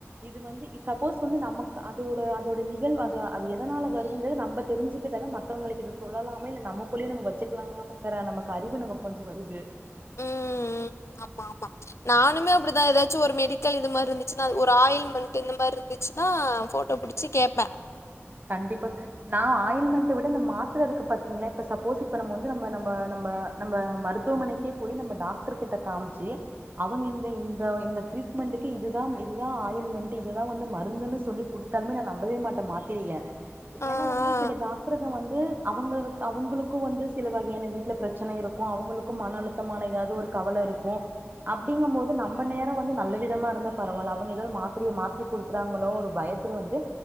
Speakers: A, on the right (about 40°); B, on the left (about 65°).
A: இது வந்து சப்போஸ் வந்து நமக் அதோட அதோட நிகழ்வு அது அது எதனால வருதுங்றத நம்ப தெரிஞ்சுக்கிட்ட தா மத்தவங்களுக்கு இத சொல்லலாமா இல்ல நமக்குள்ளே நம்ம வச்சுக்கலாங்கங்ற நமக்கு அறிவு நமக்கு கொஞ்ச வருது
B: ம் ம் ஆமா ஆமா நானுமே அப்டிதா ஏதாச்சு ஒரு மெடிக்கல் இது மாரி இருந்துச்சுன்னா ஒரு ஆயில் மண்ட்டு இந்த மாரி ந்துச்சுன்னா ஃபோட்டோ புடிச்சு கேப்ப
A: கண்டிப்பா நா ஆயில்மெண்ட்ட விட இந்த மாத்ரருக்கு பாத்தீங்களா இப்ப சப்போஸ் இப்ப நம்ப நம்ப நம்ப நம்ப மருத்துவமனைக்கே போய் நம்ப டாக்டர் கிட்ட காமிச்சு அவங்க இந்த இந்த இந்த ட்ரீட்மெண்ட்டுக்கு இதுதா இதுதா ஆயில்மெண்ட்டு இதுதா வந்து மருந்துனு சொல்லி குடுத்தாலுமே நா நம்பவே மாட்ட மா தெரிய
B: ஆ,
A: ஏன்னா வந்து
B: ஆ.
A: சில டாக்டர் வந்து அவங்க அவங்கங் அவங்களுக்கு வந்து சில வகையான வீட்ல பிரச்சன இருக்கு அவுங்களுக்கு மன அழுத்தமான எதாது ஒரு கவலருக்கு அப்டிங்கு போது நம்ப நேரொ வந்து நல்ல விதமாருந்த பரவால்ல அவங்க எதாது மாத்ரய மாத்தி குடுத்துறாங்களோ ஒரு பயத்துல வந்துட்டு